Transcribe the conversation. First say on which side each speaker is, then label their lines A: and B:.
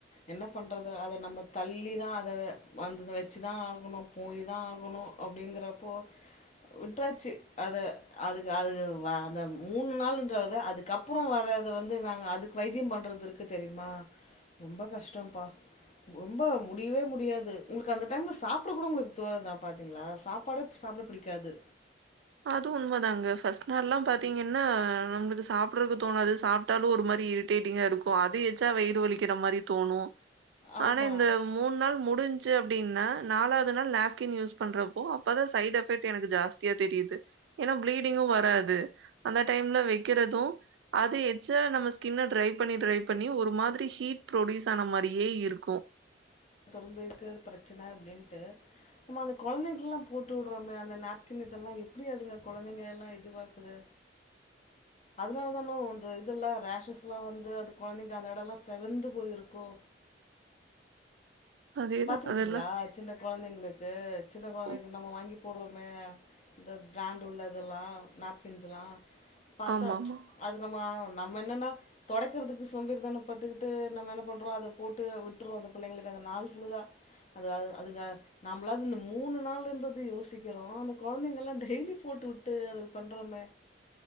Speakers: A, on the left; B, on the right.
A: என்ன பண்றது அதை நம்ம தள்ளிதா அதந்து வச்சுதா ஆகணும் போய் தான் ஆகணு அப்படிங்கறப்போ விட்டாச்சு அத அதுக்கு அது வ அந்த மூணு நாளுன்றத அதுக்கப்புற வரத வந்து நாங்க அதுக்கு வைத்திய பண்ணுறது இருக்கு தெரியுமா ரொம்ப கஷ்டம்ப்பா ரொம்ப முடியவே முடியாது உங்களுக்கு அந்த டைம்ல சாப்பிட கூட உங்களுக்கு தோணுதா பார்த்தீங்களா சாப்பாடே சாப்பிட பிடிக்காது
B: அது உண்ம தாங்க ஃபர்ஸ்ட் நாள் எல்லா பாத்தீங்கன்னா நம சாப்பிறக்கு தோணாது சாப்பிட்டாலு ஒரு மாரி இரிட்டேட்டிங்கா இருக்கு அது ஏச்சா வயிறு வலிக்கிற மாரி தோணு
A: ஆமா
B: ஆனா இந்த மூணு நாள் முடிஞ்சு அப்டி னா நாலாவது நாள் நாப்கின் யூஸ் பண்றப்போ அப்பதா சைட் எபெக்ட் எனக்கு ஜாஸ்தியா தெரியுது ஏன்னா பிளீடிங்கு வராது அந் டைம்ல வைக்கிறது அது எச்சா நம்ம ஸ்கின ட்ரை பண்ணி ட்ரை பண்ணி ஒரு மாதிரி ஹீட் ப்ரொடியூஸ் ஆன மாரியே இருக்கு
A: திறந்துக்கு பிரச்சன அப்டின்ட்டு நம்ம அந்த குழந்தைங்ல்லா போட்டு விடுறோமே அந்த நாப்கின் இதெல்லா எப்டி அதுங்க குழந்தைங்க எல்லா இதுவாக்குது அதனாலதானே அந்த இதெல்லா ரேஷஸ்லா வந்து அது குழந்தைங்க அந்த எட எல்லா செவந்து போயிருக்கோ
B: அதேதான்
A: பாத்திருக்கீங்களா
B: அதெல்லாம்.
A: சின்ன குழந்தைங்களுக்கு சின்ன குழந்தைளுக்கு
B: ஓ!
A: நம்ம வாங்கி போடுறோமே இந்த பிராண்டு் உள்ளதெல்லாம் நாப்கின்ஸ்லாம் பாத்தா
B: ஆமாமா.
A: அது நம்ம நம்ம என்னன்ன தொடக்கிறதுக்கு சோம்பேறித்தன பட்டுக்கிட்டு நம்ம என்ன பண்றோம் அதை போட்டு விட்டுறோம் அந்த பிள்ளைங்களுக்கு அந்த நால த அதுங்க நம்மளாவது இந்த மூணு நாள்ன்றது யோசிக்கிறோம் அந்த குழந்தைங்கல்லாம் டெய்லி போட்டு விட்டு அது பண்றோமே